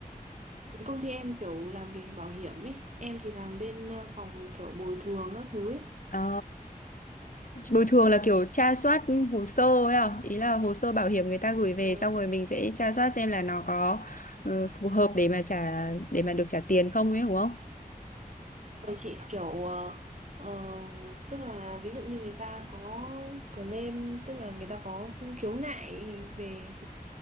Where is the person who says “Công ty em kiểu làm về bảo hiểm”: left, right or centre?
Right